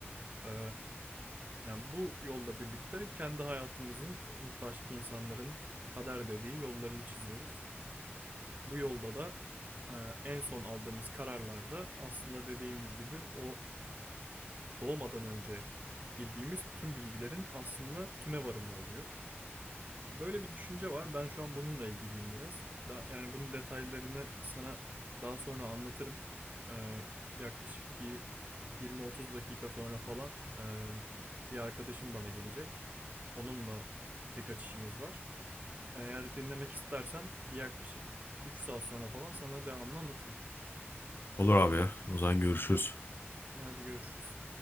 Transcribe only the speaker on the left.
Olur abi ya. O zaman görüşürüz.